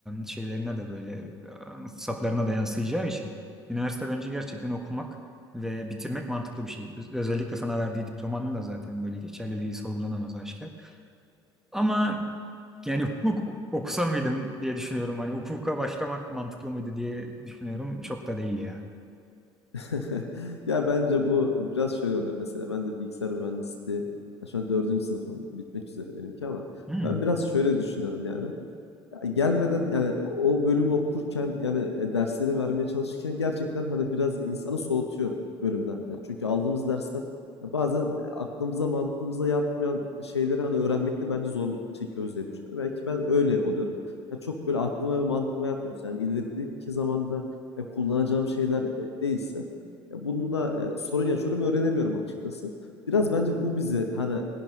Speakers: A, in the centre; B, on the left.
A: şeylerine de böyle e, fırsatlarına da yansıyacağı için üniversite bence gerçekten okumak ve bitirmek mantıklı bir şey. Öz- Özellikle sana verdiği diplomanın da zaten böyle geçerliliği sorgulanamaz aşikar. Ama yani hukuk okusa mıydım diye düşünüyorum. Hani hukuka başlamak mantıklı mıydı diye düşünüyorum. Çok da değil ya.
B: <laughs> Ya bence bu biraz şöyle oluyor. Mesela ben de bilgisayar mühendisliği ya şu an dördüncü sınıfım bitmek üzere benimki ama
A: Hmm.
B: ben biraz şöyle düşünüyorum yani. Ya gelmeden yani o bölümü okurken yani e, dersleri vermeye çalışırken gerçekten hani biraz insanı soğutuyor bölümden. Yani çünkü aldığımız dersler ya bazen e, aklımıza mantığımıza yatmayan şeyleri hani öğrenmekte bence zorluk çekiyoruz diye düşünüyorum. Belki ben öyle oluyorum. Ya çok böyle aklıma ve mantığıma yatmıyorsa yani ilerideki zamanda e, kullanacağım şeyler e, değilse ya bununla e, sorun yaşıyorum öğrenemiyorum açıkçası. Biraz bence bu bizi hani